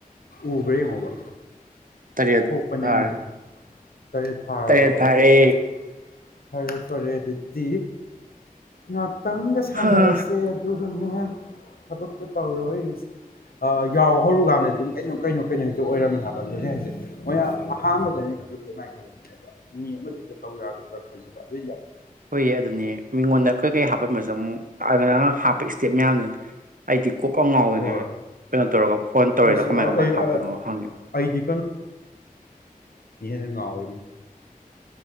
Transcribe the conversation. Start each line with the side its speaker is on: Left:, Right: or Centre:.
Left: ꯎꯕ꯭ꯔꯥ ꯌꯦꯡꯉꯣꯕ
Right: ꯇꯔꯦꯠ
Left: ꯊꯣꯛꯄꯅꯦ
Right: ꯐꯥꯔꯦ
Left: ꯃꯤꯅꯤꯠ ꯇꯔꯦꯠ ꯐꯥꯔꯕ
Right: ꯇꯔꯦꯠ
Left: ꯑꯣꯈꯦ
Right: ꯐꯥꯔꯦ
Left: ꯐꯔꯦ ꯐꯔꯦ ꯑꯗꯨꯗꯤ ꯉꯥꯛ ꯇꯪꯒ ꯁꯥꯟꯅꯔꯁꯦ
Right: ꯍꯥ
Left: ꯑꯗꯨꯒꯅꯦ ꯊꯕꯛꯇꯣ ꯇꯧꯔ ꯑꯥ ꯌꯥꯎꯍꯧ ꯀꯥꯟꯗꯗꯤ ꯑꯗꯨꯝ ꯀꯩꯅꯣ ꯀꯩꯅꯣ ꯀꯩꯅꯣ ꯍꯦꯛꯇ ꯑꯣꯏꯔꯝꯃꯦ ꯍꯥꯏꯕ ꯑꯗꯣ ꯑꯩꯅ ꯍꯥꯏꯁꯦ ꯑꯃ ꯑꯍꯥꯟꯕꯗ ꯑꯩꯅ ꯈꯜꯂꯨꯕꯗ ꯑꯗꯨꯃꯥꯏꯅ ꯈꯜꯂꯝꯕꯅꯦꯕ ꯃꯤ ꯑꯃꯗ ꯍꯦꯛꯇ ꯇꯧ ꯌꯥꯒꯗ꯭ꯔꯥ ꯈꯜꯂꯨꯕ ꯑꯗꯨ
Right: ꯍꯣꯏ ꯑꯗꯨꯅꯦ ꯃꯤꯉꯣꯟꯗ ꯀꯩꯀꯩ ꯍꯥꯞꯄꯟꯕꯁꯨ ꯑꯃꯨꯛ ꯑꯗꯨꯅ ꯍꯥꯞꯄ ꯏꯁ꯭ꯇꯦꯞ ꯃꯌꯥꯝꯗꯨ ꯑꯩꯗꯤ ꯀꯣꯛꯀ ꯉꯥꯎꯋꯦꯃꯤ
Left: ꯍꯣꯏ
Right: ꯀꯩꯅꯣ ꯇꯧꯔꯒ ꯐꯣꯟ ꯇꯧꯔꯦꯗꯨꯒ
Left: ꯑꯩꯁꯨ
Right: ꯀꯃꯥꯏ
Left: ꯑꯩ
Right: ꯀꯃꯥꯏꯅ ꯍꯥꯞꯄꯅꯣ ꯍꯪꯉꯦ
Left: ꯑꯩꯗꯤ ꯉꯥꯎꯔꯤ